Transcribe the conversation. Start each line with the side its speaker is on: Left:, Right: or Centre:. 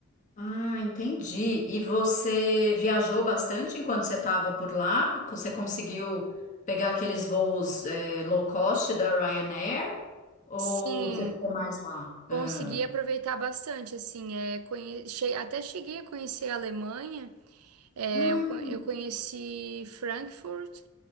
Left: Ah, entendi. E você viajou bastante enquanto você estava por lá? Você conseguiu pegar aqueles voos eh, low cost da Ryanair? Ou
Right: Sim,
Left: você ficou mais lá?
Right: consegui
Left: Ah.
Right: aproveitar bastante, assim, é, conhe- che- até cheguei a conhecer a Alemanha, é,
Left: Ah,
Right: eu, co- eu conheci Frankfurt